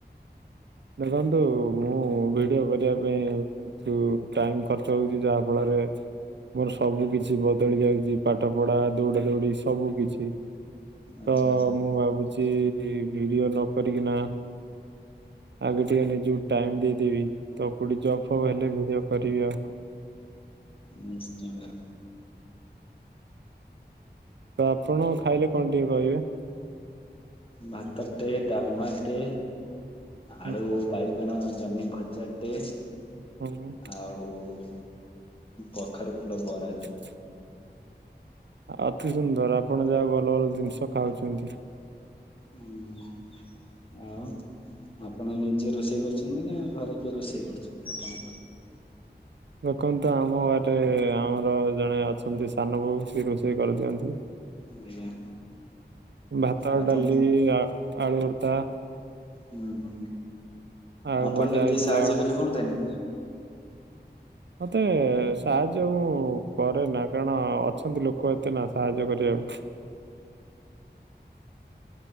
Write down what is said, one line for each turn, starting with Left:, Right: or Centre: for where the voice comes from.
Right: ଦେଖନ୍ତୁ ମୁଁ ଭିଡିଓ କରିବା ପାଇଁ ତୁ ଟାଇମ ଖର୍ଚ୍ଚ ହଉଛି ଯାହା ଫଳରେ ମୋର ସବୁ କିଛି ବଦଳି ଯାଇଚି ପାଠ ପଢା ଦୌଡା ଦୌଡି ସବୁ କିଛି।
Left: ଆଚ୍ଛା
Right: ତ
Left: ଆଚ୍ଛା
Right: ମୁଁ ଭାବୁଛି ଭିଡିଓ ନକରି କିନା। ଆଗେ ଟିକେ ନିଜ କୁ ଟାଇମ୍ ଦେଇଦେବି ତ କୋଉଠି ଜବ୍ ଫବ୍ ହେଲେ ଭିଡିଓ କରିବି ଆଉ।
Left: ହୁଁ ନିଶ୍ଚିନ୍ତ।
Right: ତ ଆପଣ ଖାଇଲେ କଣ ଟିକେ କହିବେ?
Left: ଭାତଟେ ଡାଲମାଟେ
Right: ହୁଁ।
Left: ଆଳୁ। ବାଇଗଣ ଜହ୍ନି ଭଜାଟେ
Right: ହୁଁ
Left: ଆଉ। ଓ କଖାରୁ ଫୁଲ ବରାଟେ।
Right: <unintelligible> ଆ ଅତି ସୁନ୍ଦର ଆପଣ ଯାହା ଭଲ ଭଲ ଜିନିଷ ଖାଉଚନ୍ତି।
Left: ହୁଁ ଆଉ। ଆପଣ ନିଜେ ରୋଷେଇ କରିଛନ୍ତି ନା ଘରେ କିଏ ରୋଷେଇ କରୁଛନ୍ତି ଆପଣଙ୍କର?
Right: ଦେଖନ୍ତୁ ଆମ ଘରେ ଆମର ଜଣେ ଅଛନ୍ତି ସାନ ବୋଉ ସିଏ ରୋଷେଇ କରିଦିଅନ୍ତି।
Left: ଆଜ୍ଞା
Right: ଭାତ
Left: ଆପଣ
Right: ଡାଲି ଆ ଆଳୁ ଭର୍ତା।
Left: ହୁଁ ହୁଁ
Right: ଆଉ
Left: ଆପଣ
Right: ଭଜା
Left: ଟିକେ
Right: ହେଇଥିଲା
Left: ଟିକେ ସାହାଯ୍ୟ
Right: ଗୋ
Left: କଲେ ହୁଅନ୍ତାନି?
Right: ମତେ ସାହାଯ୍ୟ ମୁଁ କରେନା କାରଣ ଅଛନ୍ତି ଲୋକ ଏତେ ନା ସାହାଯ୍ୟ କରିବାକୁ।